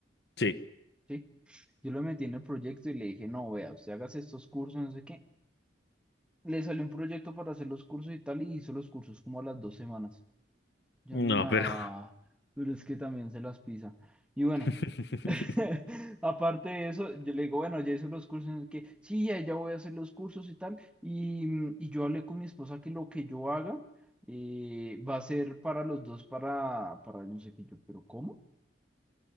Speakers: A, on the left; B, in the centre.
A: sí,
B: Sí, yo lo metí en el proyecto y le dije, no, vea, usted hagas estos cursos, no sé qué. Le salió un proyecto para hacer los cursos y tal, y hizo los cursos como a las dos semanas. Yo,
A: no,
B: no,
A: pero...
B: pero es que también se las pisa. Y bueno,
A: <laughs>
B: <laughs> aparte de eso, yo le digo, bueno, ya hice los cursos, no sé qué. Sí, ya, ya voy a hacer los cursos y tal. Y, mm, y yo hablé con mi esposa que lo que yo haga eh, va a ser para los dos, para, para no sé qué. Yo, pero ¿cómo?